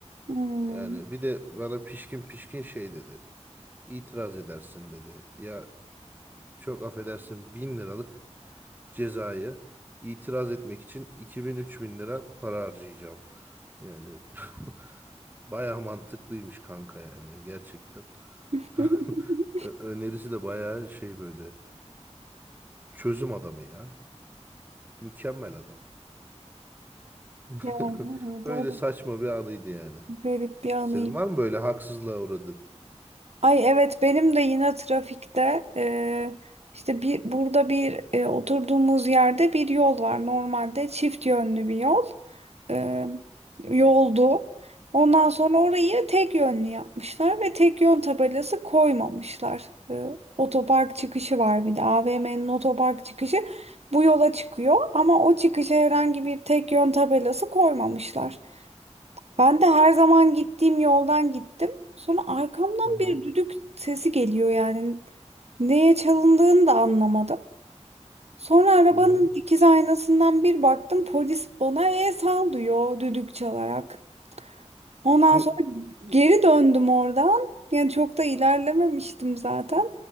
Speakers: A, on the right; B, on the right.
A: Hmm.
B: Yani bir de bana pişkin pişkin şey dedi. İtiraz edersin dedi. Ya çok affedersin bin liralık cezayı itiraz etmek için 2000-3000 lira para harcayacağım. Yani <laughs> baya mantıklıymış kanka yani gerçekten.
A: <laughs>
B: <laughs> Ö- Önerisi de baya şey böyle çözüm adamı ya. Mükemmel adam. <laughs>
A: Yani evet,
B: Öyle
A: o da
B: saçma bir anıydı yani.
A: garip bir anıyım.
B: Senin var mı böyle haksızlığa uğradığın?
A: Ay evet benim de yine trafikte e, işte bir burada bir e, oturduğumuz yerde bir yol var normalde çift yönlü bir yol e, yoldu. Ondan sonra orayı tek yönlü yapmışlar ve tek yön tabelası koymamışlar. E, otopark çıkışı var bir de AVM'nin otopark çıkışı bu yola çıkıyor ama o çıkışa herhangi bir tek yön tabelası koymamışlar. Ben de her zaman gittiğim yoldan gittim. Sonra arkamdan
B: Hı hı,
A: bir düdük sesi geliyor yani. Neye çalındığını da anlamadım. Sonra arabanın
B: hı hı,
A: dikiz aynasından bir baktım polis bana el sal diyor düdük çalarak. Ondan
B: <laughs> hı,
A: sonra geri döndüm oradan. Yani çok da ilerlememiştim zaten.